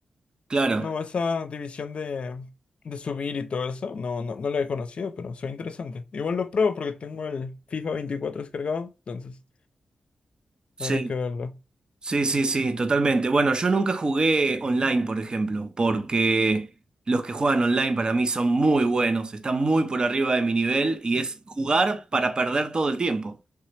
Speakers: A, on the right; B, on the left.
A: Claro,
B: No, esa división de, de subir y todo eso, no, no, no la he conocido, pero soy interesante. Igual lo pruebo porque tengo el FIFA 24 descargado, entonces
A: sí.
B: habrá que verlo.
A: Sí, sí, sí, totalmente. Bueno, yo nunca jugué online, por ejemplo, porque los que juegan online para mí son muy buenos, están muy por arriba de mi nivel y es jugar para perder todo el tiempo.